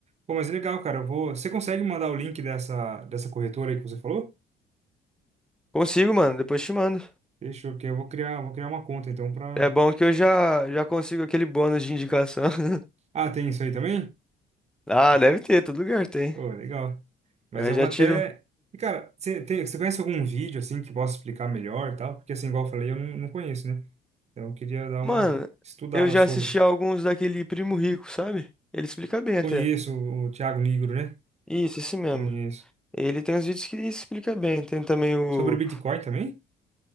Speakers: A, on the right; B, in the centre.
A: Pô, mas é legal, cara. Eu vou... Você consegue mandar o link dessa, dessa corretora aí que você falou?
B: Consigo, mano, depois te mando.
A: Fechou, que eu vou criar, vou criar uma conta então pra.
B: É bom que eu já já consigo aquele bônus de indicação. <laughs>
A: Ah, tem isso aí também?
B: Ah, deve ter, todo lugar tem.
A: Pô, legal. Mas
B: Aí
A: eu
B: já
A: vou até.
B: tiro.
A: E, cara, você, tem- você conhece algum vídeo assim que possa explicar melhor e tal? Porque assim, igual eu falei, eu não, não conheço, né? Então eu queria dar
B: Mano,
A: uma estudada
B: eu já
A: sobre.
B: assisti alguns daquele Primo Rico, sabe? Ele explica bem
A: Conheço
B: até.
A: o Thiago Nigro, né?
B: Isso, esse mesmo.
A: Conheço.
B: Ele tem uns vídeos que explica bem. Tem também o
A: Sobre o Bitcoin também?